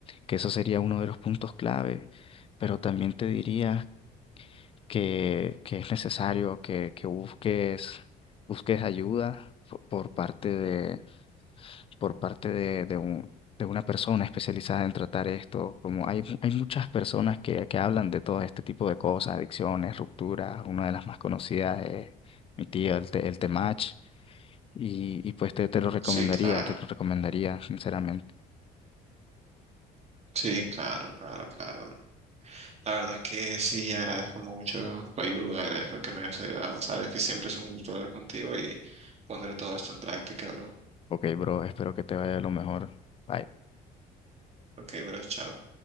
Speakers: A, on the left; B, on the right.
A: que eso sería uno de los puntos clave, pero también te diría que, que es necesario que, que busques, busques ayuda po- por parte de, por parte de, de un- de una persona especializada en tratar esto. Como hay, mu- hay muchas personas que, que hablan de todo este tipo de cosas, adicciones, rupturas. Una de las más conocidas es mi tío, el, te- el Temach. Y, y pues te, te lo recomendaría,
B: Sí, claro,
A: te lo recomendaría, sinceramente.
B: sí, claro, claro, claro. La verdad que sí, agradezco mucho tu ayuda, agradezco que me hayas ayudado. Sabes que siempre es un gusto hablar contigo y pondré todo esto en práctica, bro.
A: Ok, bro, espero que te vaya lo mejor. Bye.
B: Ok, bro, chao.